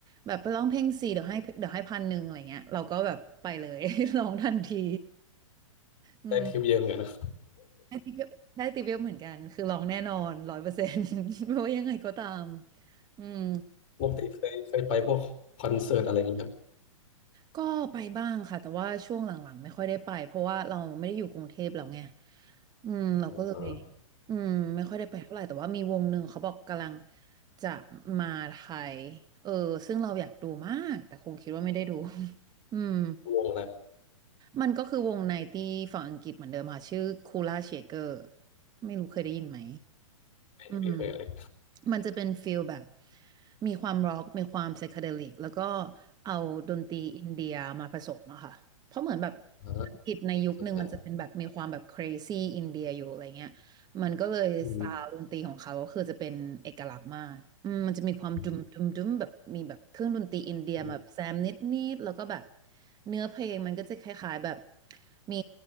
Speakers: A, on the right (about 25°); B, on the left (about 40°).
A: แบบไปร้องเพลงส่เดี๋ยวให้เดี๋ยวให้พันหนึ่งอะไรเงี้ยเราก็แบบไปเลย <laughs> ร้องทันทีอืม
B: ได้ทริปเยอะเหมือนกันน
A: ได้ติปเยอะได้ติปเยอะเหมือนกันคือร้องแน่นอนร้อยเปอร์เซ็นต์ <laughs> ไม่ว่ายังไงก็ตามอืม
B: ปกติเคยเคยไปพวกคอนเสิร์ตอะไรอย่างนี้ครับ
A: ก็ไปบ้างค่ะแต่ว่าช่วงหลังๆไม่ค่อยได้ไปเพราะว่าเราไม่ได้อยู่กรุงเทพแล้วไงอืมเราก็เลย
B: อา
A: อืมไม่ค่อยได้ไปเท่าไหร่แต่ว่ามีวงหนึ่งเขาบอกกำลังจะมาไทยเออซึ่งเราอยากดูมากแต่คงคิดว่าไม่ได้ดู <laughs> อืม
B: วงอะไร
A: มันก็คือวงไนตี้ฝั่งอังกฤษเหมือนเดิมค่ะชื่อคูล่าเชเกอร์ไม่รู้เคยได้ยินไหม
B: ไม่ไม่เคยเลย
A: อืมมันจะเป็นฟิลแบบมีความร็อกมีความไซเคเดลิกแล้วก็เอาดนตรีอินเดียมาผสมอะค่ะเพราะเหมือนแบบ
B: อ่า
A: อังกฤษในยุคหนึ่งมันจะเป็นแบบมีความแบบ
B: สนใจ
A: crazy อินเดียอยู่อะไรเงี้ย มันก็เลยสไตล์ดนตรีของเขาก็คือจะเป็นเอกลักษณ์มากอืมมันจะมีความดุมดุมดุมแบบมีแบบเครื่องดนตรีอินเดียแบบแซมนิดนิดแล้วก็แบบ
B: อืมอืมอืม
A: เนื้อเพลงมันก็จะคล้ายๆแบบมี